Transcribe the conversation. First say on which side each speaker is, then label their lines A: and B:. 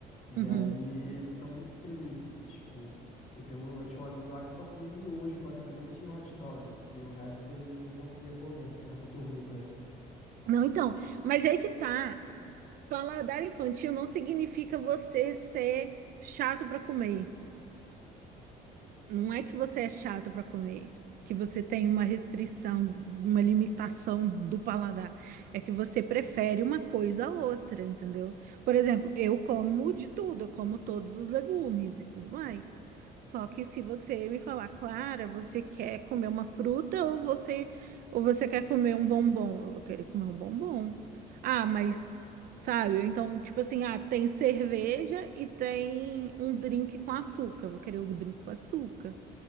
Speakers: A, on the left (about 50°); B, on the right (about 60°).
A: E
B: uhum.
A: aí eles são muito extremistas, tipo, eu tenho um, eu tinha um amigo lá que só comia miojo basicamente e hot dog, porque o resto ele não conseguia comer, era muito ruim pra ele.
B: Não, então, mas aí que tá. Paladar infantil não significa você ser chato para comer. Não é que você é chato para comer, que você tem uma restrição, uma limitação do paladar. É que você prefere uma coisa a outra, entendeu? Por exemplo, eu como de tudo, eu como todos os legumes e tudo mais. Só que se você me falar, Clara, você quer comer uma fruta ou você ou você quer comer um bombom? Eu vou querer comer um bombom. Ah, mas sabe? Então, tipo assim, ah, tem cerveja e tem um drink com açúcar. Vou querer o drink com açúcar.